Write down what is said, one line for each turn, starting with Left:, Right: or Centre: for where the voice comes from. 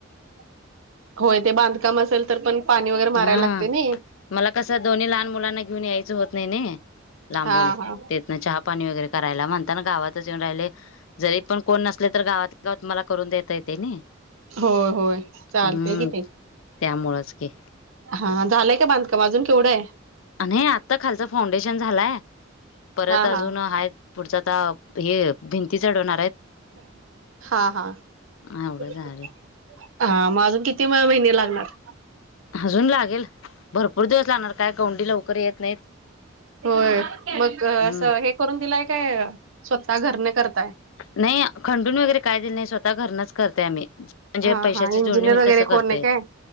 Right: <inaudible> होय ते बांधकाम असेल, तर पण पाणी वगैरे मारायला
Left: हा
Right: लागतय नी.
Left: मला कसं दोन्ही लहान मुलांना घेऊन यायचं होत नाही नी, लांबून
Right: हा हा
Left: ते इथन चहा- पाणी वगैरे करायला, म्हणता ना गावातच येऊन राहिले. जरी पण कोण नसले तर गावातल्या गावात मला करून देत- येतंय तेनी.
Right: होय
Left: <inaudible>
Right: होय चालतय
Left: हम्म
Right: कि ते
Left: त्यामुळं च की.
Right: हा झालंय का बांधकाम अजून केवढं आहे?
Left: नाही आत्ता खालचा फाउंडेशन झालाय, परत
Right: हा
Left: अजून
Right: हा
Left: हाय - पुढचं आता हे भिंती चढवणार आहेत.
Right: <inaudible> हां हां.
Left: एवढं झाले
Right: <inaudible> हां मग अजून किती म महिने लागणार?
Left: अजून लागेल, भरपूर दिवस लागणार. काय गवंडी लवकर येत नाहीत.
Right: होय. मग
Left: हम्म
Right: असं हे करून दिलाय काय, स्वतः घरनं करताय?
Left: नाही खंडून वगैरे काय दिलं नाही, स्वतः घरनंच करतोय आम्ही. म्हणजे
Right: हा
Left: पैशाची
Right: हा इंजिनियर
Left: जुळणी होईल
Right: वगैरे
Left: तसं करतय.
Right: कोण आहे काय